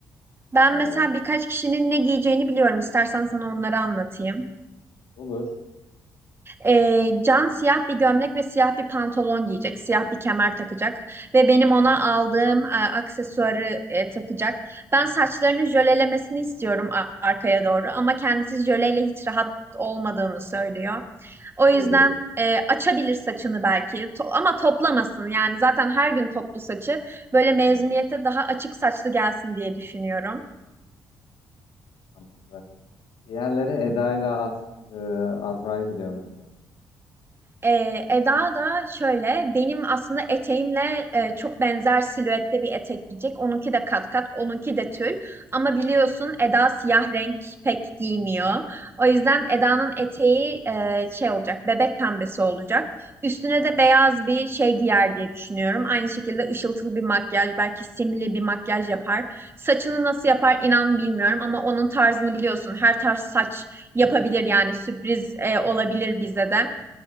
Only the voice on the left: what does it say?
Ee,
olur.
Doğrudur.
Evet,
mantıklı. Diğerleri Eda ile Az, e, Azra'yı biliyor musun?